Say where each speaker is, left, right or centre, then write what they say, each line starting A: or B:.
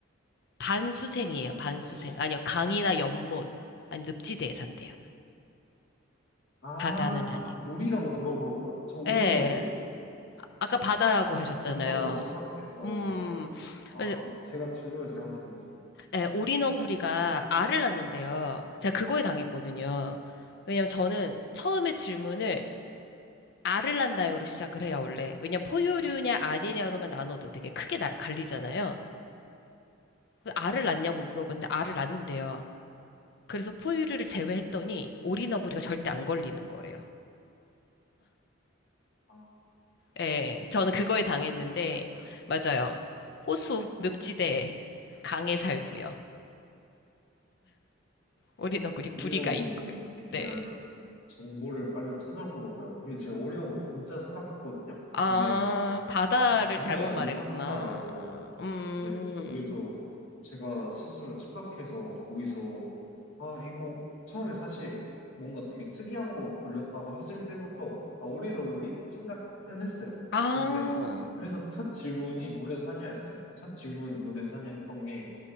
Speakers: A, on the left; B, on the left.
A: 반수생이에요.
B: 않아요?
A: 반수생.
B: 지-
A: 아니요, 강이나 연못, 아니 늪지대에 산대요.
B: 아,
A: 바다는
B: 바-
A: 아닌.
B: 물이라고 물어볼 걸. 저 오리더구리
A: 예,
B: 생각,
A: 아까 바다라고
B: 물에
A: 하셨잖아요.
B: 안 산다고 생각해서,
A: 음,
B: 아,
A: 그래서,
B: 제가 질문을 잘못했네요.
A: 예, 오리너구리가 알을 낳는데요. 제가 그거에 당했거든요. 왜냐면 저는 처음에 질문을 알을 낳나요로 시작을 해요, 원래. 왜냐면 포유류냐 아니냐로만 나눠도 되게 크게 나- 갈리잖아요. 알을 낳냐고 물어봤는데 알을 낳는데요. 그래서 포유류를 제외했더니 오리너구리가 절대 안 걸리는 거예요.
B: 아,
A: 예, 저는 그거에 당했는데, 맞아요. 호수, 늪지대, 강에 살고요. 오리너구리 부리가
B: 오리너구리에
A: 있고요. 네.
B: 대한 정보를 빨리 찾아보러 가요. 근데 제가 올인원을 진짜 생각했거든요.
A: 아,
B: 근데
A: 바다를
B: 물에
A: 잘못
B: 안
A: 말했구나.
B: 산다 해서
A: 음,
B: 네 그래서 제가 스스로 착각해서 거기서 아 이거 처음에 사실 뭔가 되게 특이한 거 걸렸다고 했을 때부터 아 오리더구리 생각은 했어요.
A: 아,
B: 그런데 그래서 첫 질문이 물에 사냐였어요. 첫 질문 물에 사냐 했던 게